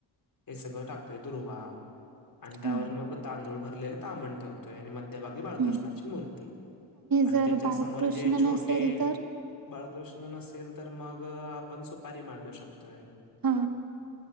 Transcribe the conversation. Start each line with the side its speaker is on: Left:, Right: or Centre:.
Left: हे सगळं टाकतंय दुर्वा आणि त्यावर
Right: हा
Left: मग तांदूळ भरलेलं तामण ठेव तोय आणि मध्यभागी बाळकृष्णाची
Right: हम्म
Left: मूर्ती आणि
Right: जर
Left: त्याच्या
Right: बाळकृष्ण
Left: समोर जे छोटे
Right: नसेल तर
Left: बाळकृष्ण नसेल तर मग आपण सुपारी मांडू शकतोय.
Right: हा